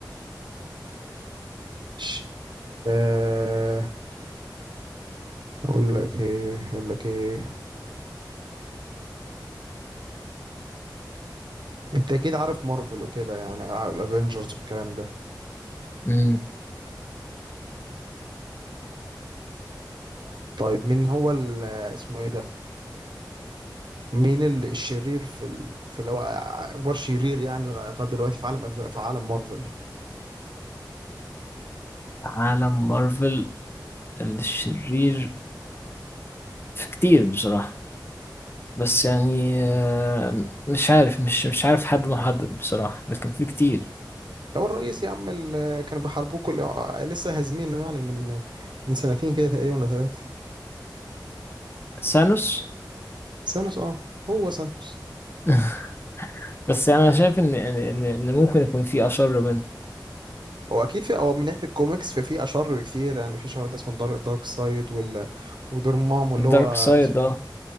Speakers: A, on the right (about 75°); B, on the left (about 30°).
A: مش آه، اقول لك ايه اقول لك ايه انت اكيد عارف مارفل وكده يعني آه، الافينجرز والكلام ده
B: مم.
A: طيب مين هو ال- آه، اسمه ايه ده مين ال- الشرير في ال... في اللي هو اكبر شرير يعني لغايه دلوقتي في عالم أف- في عالم مارفل
B: عالم مارفل الشرير في كتير بصراحة بس يعني آه، مش عارف مش مش عارف حد محدد بصراحة لكن في كتير
A: هو الرئيس يا عم اللي كانوا بيحاربوه كل آه، لسه هازمينه يعني من آه، من سنتين كده تقريبا ولا ثلاثه
B: سانوس
A: سانوس اه هو سانوس
B: <laughs> بس يعني انا شايف ان ان ان إن ممكن يكون في اشر منه
A: هو اكيد في هو من ناحيه الكوميكس ففي اشر بكتير يعني في شهر اسمه الدارك دارك سايد وال ودورمامو اللي
B: الدارك
A: هو
B: سايد
A: اسمه
B: اه